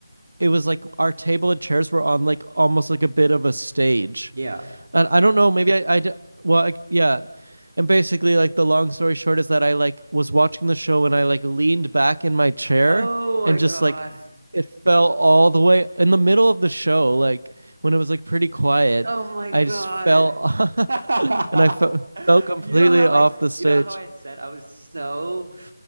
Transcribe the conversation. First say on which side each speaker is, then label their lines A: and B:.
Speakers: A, on the right; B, on the right.
A: it was like our table and chairs were on like almost like a bit of a stage.
B: Yeah.
A: And I don't know, maybe I I well, I, yeah. And basically, like the long story short is that I like was watching the show and I like leaned back in my chair
B: oh my
A: and
B: God.
A: just like it fell all the way in the middle of the show, like when it was like pretty quiet.
B: Oh my God.
A: I just fell
B: <laughs>
A: <laughs> and I fe- fell completely
B: You know how
A: off
B: I.
A: the stage.
B: you know how I said I was so